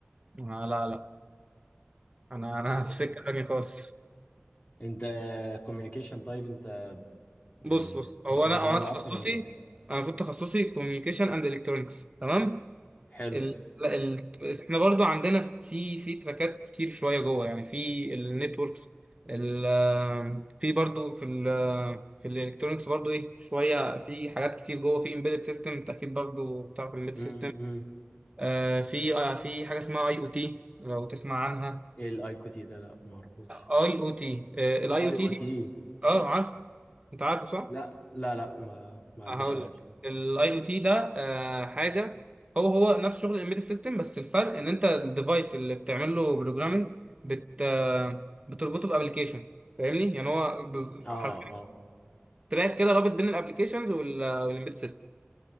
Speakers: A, on the right; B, on the left.
A: آه، لا لا انا انا
B: بص
A: <laughs> في سكة تانية خالص
B: انت كوميونيكيشن طيب انت يعني
A: بص بص هو
B: ب-
A: انا
B: برمجه
A: هو انا تخصصي
B: اكتر ولا ايه
A: انا المفروض تخصصي كوميونيكيشن اند الكترونكس تمام
B: حلو
A: ال... لا، ال... احنا برضو عندنا في في تراكات كتير شوية جوه يعني في النتوركس ال... في برضو في ال... في الالكترونكس برضو ايه شوية في حاجات كتير جوه في امبيدد سيستم انت اكيد برضو بتعرف الامبيدد
B: امم
A: سيستم
B: امم
A: آه في آه في حاجة اسمها اي او تي لو تسمع عنها
B: ايه الاي كيو تي ده لا ما اعرفوش
A: اي او تي الاي
B: اي
A: او تي
B: او
A: دي
B: تي
A: اه عارف انت عارفه صح
B: لا لا لا ما ما عداش
A: آه، هقول
B: عليا
A: لك
B: بصراحه
A: الاي او تي ده آه، حاجه هو هو نفس شغل الامبيدد سيستم بس الفرق ان انت الديفايس اللي بتعمل له بروجرامنج بت آه، بتربطه بابلكيشن فاهمني يعني هو بز-
B: اه
A: حرفيا
B: اه
A: تراك كده رابط بين الابلكيشنز والامبيدد سيستم